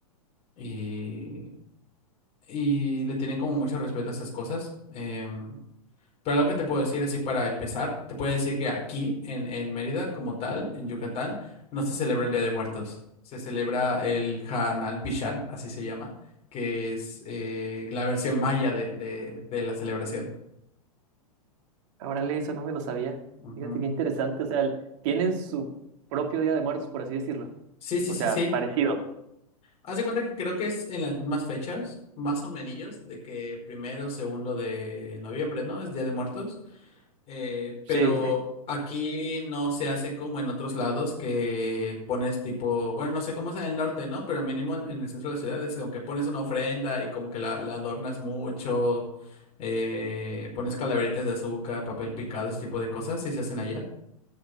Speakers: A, on the left (about 35°); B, on the right (about 50°).
A: Y y le tienen como mucho respeto a esas cosas. em, pero algo que te puedo decir así para empezar, te puedo decir que aquí en, en Mérida, como tal, en Yucatán, no se celebra el Día de Muertos. Se celebra el Hanal Pichán, así se llama, que es eh, la versión maya de, de- de la celebración.
B: Órale, eso no me lo sabía.
A: Ujú.
B: Fíjate qué interesante, o sea, tienen su propio Día de Muertos, por así decirlo.
A: Sí, sí,
B: O
A: sí,
B: sea,
A: sí.
B: parecido.
A: Haz de cuenta que creo que es en las mismas fechas, más o menos, de que primero, segundo de noviembre, ¿no? Es Día de Muertos. Eh,
B: Sí,
A: pero
B: sí,
A: aquí no se hace como en otros lados que pones tipo, bueno, no sé cómo es en el norte, ¿no? Pero mínimo en, en el centro de la ciudad es como que pones una ofrenda y como que la, la adornas mucho, eh, pones calaveritas de azúcar, papel picado, ese tipo de cosas, si se hacen allá.